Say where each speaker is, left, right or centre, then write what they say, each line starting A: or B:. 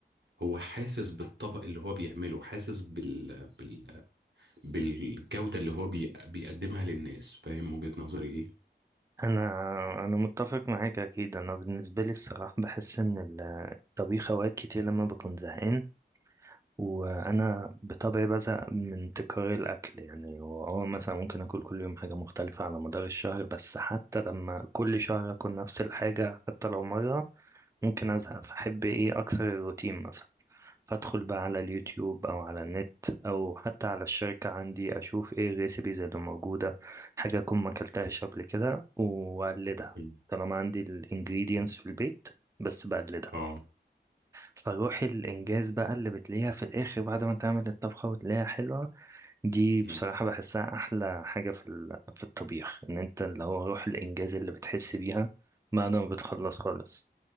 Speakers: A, on the right; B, on the right.
A: هو حاسس بالطبق اللي هو بيعمله حاسس بال... بال... بالجودة اللي هو بي... بيقدمها للناس فاهم وجهة نظري ايه
B: انا انا متفق معاك اكيد انا بالنسبه لي الصراحه بحس ان ال- الطبيخ اوقات كتير لما بكون زهقان وانا بطبعي بزهق من تكرار الاكل يعني هو هو مثلا ممكن اكل كل يوم حاجه مختلفه على مدار الشهر بس حتى لما كل شهر اكل نفس الحاجه حتى لو مره ممكن ازهق فاحب ايه اكسر الروتين مثلا فادخل بقى على اليوتيوب او على النت او حتى على الشركة عندي اشوف ايه الريسيبيز اللي موجودة حاجة اكون ما اكلتهاش قبل كده واقلدها
A: مم.
B: طالما عندي الانجريدينتس في البيت بس بقلدها
A: اه
B: فروح الانجاز بقى اللي بتلاقيها في الاخر بعد ما تعمل الطبخة وتلاقيها حلوة دي بصراحة
A: مم.
B: بحسها احلى حاجة في ال- في الطبيخ ان انت اللي هو روح الانجاز اللي بتحس بيها بعد ما بتخلص خالص